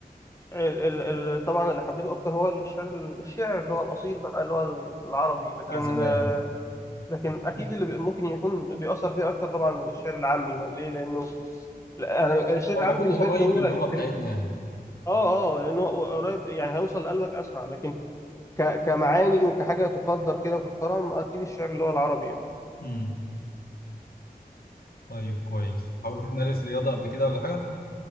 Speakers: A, on the left; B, on the left.
A: ال... ال... طبعا اللي حبيته اكتر هو الشعر الشعر اللي هو الاصيل بقى اللي هو العربي لكن
B: بتاع زمان
A: آه، لكن اكيد
B: مم.
A: اللي بي- ممكن يكون بيأثر فيه اكتر طبعا الشعر العامي ليه لانه لا انا الشعر
B: هو
A: العام
B: المفروض
A: بالنسبه
B: هو قريب
A: لي اللي هو
B: للغه
A: الكلمه
B: بتاعتنا يعني
A: اه اه لانه هو قريب يعني هيوصل لقلبك اسرع لكن ك... كمعاني وكحاجه تقدر كده وتحترم اكيد الشعر اللي هو العربي يعني.
B: امم طيب كويس حاولت تمارس رياضه قبل كده ولا حاجه